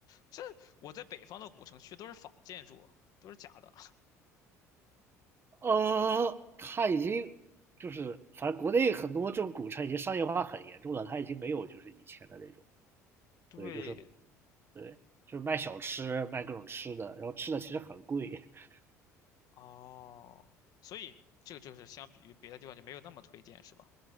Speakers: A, on the left (about 50°); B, on the right (about 25°).
A: 这我在北方的古城去都是仿建筑，都是假的。
B: 呃，它已经就是反正国内很多这种古城已经商业化很严重了，它已经没有就是以前的那种，
A: 对，
B: 对，就是对，就是卖小吃，卖各种吃的，然后吃的其实很贵。<laughs>
A: 哦，所以这个就是相比于别的地方就没有那么推荐，是吧？